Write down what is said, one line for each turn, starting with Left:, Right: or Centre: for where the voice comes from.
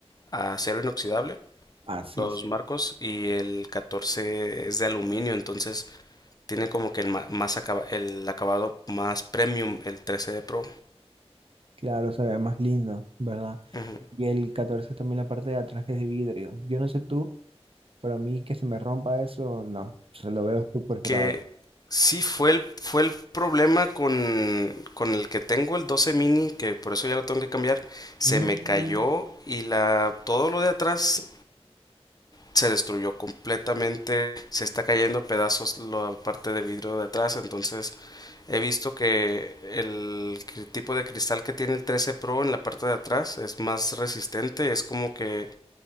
Left: acero inoxidable,
Right: Así,
Left: los
Right: es.
Left: marcos, y el 14 es de aluminio, entonces tiene como que el, ma- más acaba- el acabado más premium, el trece de Pro.
Right: claro, se ve más lindo, ¿verdad?
Left: Ujú.
Right: Y el 14 también la parte de atrás es de vidrio. Yo no sé tú, pero a mí que se me rompa eso, no. Se lo veo súper probable.
Left: que sí fue el, fue el problema con, con el que tengo el 12 mini, que por eso ya lo tengo que cambiar. Se
Right: Mm,
Left: me cayó y la, todo lo de atrás se destruyó completamente, se está cayendo a pedazos la parte de vidrio de atrás, entonces he visto que el cri- tipo de cristal que tiene el 13 Pro en la parte de atrás es más resistente, es como que,